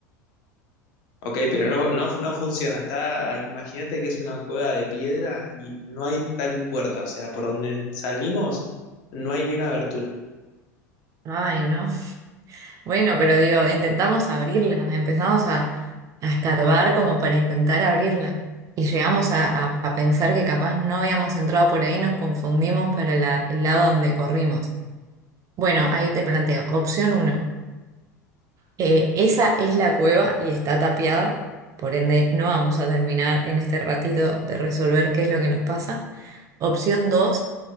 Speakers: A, on the left (about 50°); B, on the right (about 35°).
A: Ok, pero no, no, no funciona. Está, imagínate que es una cueva de piedra y no hay tal puerta. O sea, por donde salimos no hay ni una abertura.
B: Ay, no. Bueno, pero digo, intentamos abrirla, empezamos a, a escarbar como para intentar abrirla y llegamos a, a- a pensar que capaz no habíamos entrado por ahí, nos confundimos para la- el lado donde corrimos. Bueno, ahí te planteo, opción uno, eh, esa es la cueva y está tapiada, por ende no vamos a terminar en este ratito de resolver qué es lo que nos pasa. Opción dos,